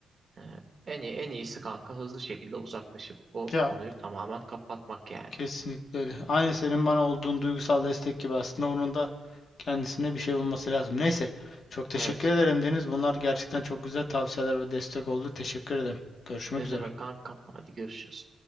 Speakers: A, on the right; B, on the left.
A: e, en iyi, en iyisi kanka hızlı şekilde uzaklaşıp o
B: Ya
A: konuyu tamamen kapatmak yani.
B: kesinlikle öyle. Aynı senin bana olduğun duygusal destek gibi aslında onun da kendisine bir şey bulması lazım. Neyse. Çok teşekkür
A: Evet.
B: ederim Deniz. Bunlar gerçekten çok güzel tavsiyeler ve destek oldu. Teşekkür ederim. Görüşmek
A: Ne
B: üzere.
A: demek kankam? Hadi görüşürüz.